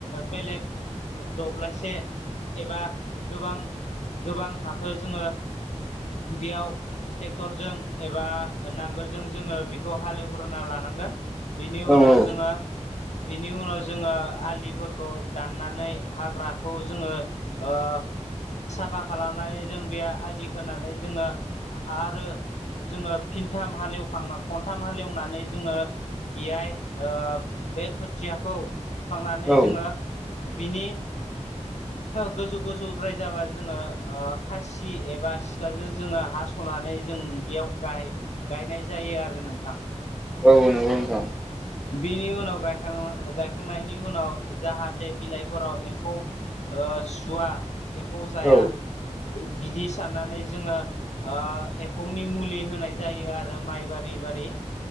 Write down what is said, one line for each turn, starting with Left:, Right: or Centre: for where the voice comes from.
Left: बेलेग दब्लायसे एबा गोबां गोबां हाखौ जोङो बेयाव ट्रेक्टरजों एबा नांगोलजों जोङो बेखौ हाले जवग्रोना लानांगोन बिनि उनाव
Centre: औ औ
Left: जोङो बिनि उनाव जोङो आलिफोर दाननानै हाग्राखौ जोङो ओ साफा खालामनानै जों बे आलि खोनानै जोङो आरो जोङो फिनथाम हालेवखांना खनथाम हालेवनानै जोङो बेहाय ओ बे खोथियाखौ फुखांनानै
Centre: औ
Left: जोङो बिनि गोजौ गोजौद्राय जाबा जोङो खासि एबा सिखाजों जोङो हास' स'नानै जों बेयाव गायनाय जायो आरो नोंथां
Centre: औ नंगौ नोंथां
Left: बिनि उनाव गायखांनायनि उनाव जाहाथे बिलाइफोराव एम्फौ ओ सुवा एम्फौ जाया
Centre: औ
Left: बिदि साननानै जोङो ओ एम्फौनि मुलि होनाय जायो आरो माइ बारि बारि